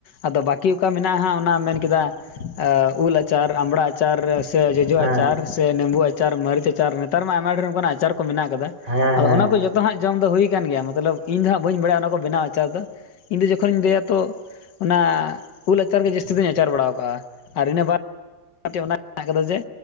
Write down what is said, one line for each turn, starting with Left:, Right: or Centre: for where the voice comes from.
Left: ᱟᱫᱚ ᱵᱟᱠᱤ ᱚᱠᱟ ᱢᱮᱱᱟᱜᱼᱟ ᱦᱟᱸᱜ ᱚᱱᱟ ᱢᱮᱱ ᱠᱮᱫᱟ ᱟ ᱩᱞ ᱟᱪᱟᱨ ᱟᱢᱲᱟ ᱟᱪᱟᱨ ᱥᱮ ᱡᱚᱡᱚ
Right: ᱦᱮᱸ
Left: ᱟᱪᱟᱨ ᱥᱮ ᱱᱮᱢᱵᱩ ᱟᱪᱟᱨ ᱢᱟᱹᱨᱤᱪ ᱟᱪᱟᱨ ᱱᱮᱛᱟᱨ ᱢᱟ ᱟᱭᱢᱟ ᱰᱷᱮᱨ ᱚᱱᱠᱱᱟᱜ ᱟᱪᱟᱨ ᱠᱚ ᱢᱮᱱᱟᱜ ᱟᱠᱟᱫᱟ᱾
Right: ᱦᱮᱸ
Left: ᱟᱫᱚ
Right: ᱦᱮᱸ
Left: ᱚᱱᱟ ᱠᱚ ᱡᱚᱛᱚ ᱦᱟᱸᱜ ᱡᱚᱢ ᱫᱚ ᱦᱩᱭ ᱠᱟᱱ ᱜᱮᱭᱟ ᱢᱟ ᱢᱚᱛᱞᱚᱵ ᱤᱧ ᱫᱚ ᱦᱟᱸᱜ ᱵᱟᱹᱧ ᱵᱟᱲᱟᱭᱟ ᱚᱱᱟ ᱠᱚ ᱵᱮᱱᱟᱣ ᱟᱪᱟᱨ ᱫᱚ ᱤᱧ ᱫᱚ ᱡᱚᱠᱷᱚᱱᱤᱧ ᱞᱟᱹᱭᱟ ᱛᱚ ᱚᱱᱟ ᱩᱞ ᱟᱪᱟᱨ ᱜᱮ ᱡᱟᱹᱥᱛᱤ ᱫᱩᱧ ᱟᱪᱟᱨ ᱵᱟᱲᱟᱣ ᱠᱟᱜᱼᱟ ᱟᱨ ᱤᱱᱟᱹ ᱵᱟᱫᱽ ᱚᱱᱟᱛᱮ ᱚᱱᱟ ᱢᱮᱱᱟᱜ ᱟᱠᱟᱫᱟ ᱡᱮ